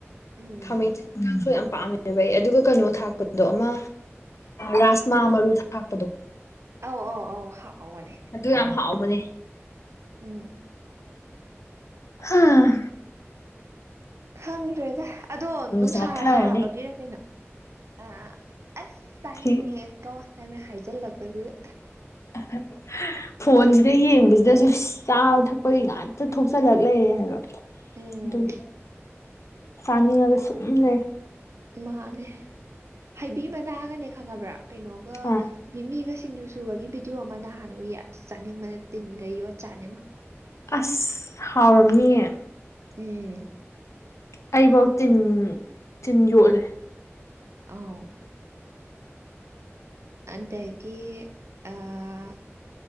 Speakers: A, on the right (about 70°); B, on the left (about 80°).
A: ꯎꯝ
B: ꯈꯥꯃꯦꯟꯁꯤ ꯏꯟꯈꯥꯡꯁꯨ ꯌꯥꯝ ꯄꯥꯝꯃꯦ ꯍꯥꯏꯕ ꯑꯩ ꯑꯗꯨꯒ ꯀꯩꯅꯣ ꯊꯥꯛꯄꯗ ꯑꯗꯣ ꯑꯃ ꯔꯥꯁꯃꯥ ꯃꯔꯨ ꯊꯥꯛꯄꯗꯣ
A: ꯑꯧ ꯑꯧ ꯑꯧ ꯍꯥꯎꯕꯅꯦ
B: ꯑꯗꯨ ꯌꯥꯝ ꯍꯥꯎꯕꯅꯦ
A: ꯎꯝ
B: ꯍꯥꯥ
A: ꯈꯪꯗ꯭ꯔꯦꯗ ꯑꯗꯣ ꯅꯨꯡꯁꯥ
B: ꯆꯥꯊꯔꯅꯤ
A: ꯁꯥꯕꯒꯤꯔ ꯀꯩꯅꯣ ꯑ ꯑꯁ ꯆꯥꯅꯤꯡꯉꯑꯀꯣ
B: ꯁꯤ
A: ꯅꯪꯅ ꯍꯥꯏꯖꯤꯜꯂꯛꯄꯁꯤꯗ
B: <unintelligible> ꯐꯣꯟꯁꯤꯗ ꯌꯦꯡꯕꯁꯤꯗꯁꯨ ꯆꯥꯕ ꯊꯛꯄꯒꯤ ꯉꯥꯛꯇ ꯊꯣꯛꯆꯜꯂꯛ ꯂꯩꯔꯦ ꯍꯥꯏꯕ
A: ꯎꯝ
B: ꯑꯗꯨꯒꯤ ꯆꯅꯤꯡꯉꯒ ꯁꯨꯝ ꯂꯩ
A: ꯃꯥꯅꯦ ꯍꯩꯕꯤ ꯃꯅꯥꯒꯅꯦ ꯈꯪꯉꯕ꯭ꯔꯥ ꯀꯩꯅꯣꯒ
B: ꯑꯥ
A: ꯕꯤꯃꯤꯒ ꯁꯤꯡꯖꯨ ꯁꯨꯕꯒꯤ ꯚꯤꯗꯤꯑꯣ ꯑꯃ ꯅꯍꯥꯟ ꯎꯏ ꯑꯁ ꯆꯥꯅꯤꯡꯕꯅ ꯇꯤꯟꯒ ꯌꯣ ꯆꯥꯅꯤꯡꯉꯣ
B: ꯑꯁ ꯍꯥꯎꯔꯝꯅꯤꯌꯦ
A: ꯎꯝ
B: ꯑꯩꯕꯧ ꯇꯤꯟ ꯇꯤꯟ ꯌꯣꯠꯂꯦ
A: ꯑꯧ ꯑꯗꯒꯤ ꯑꯥ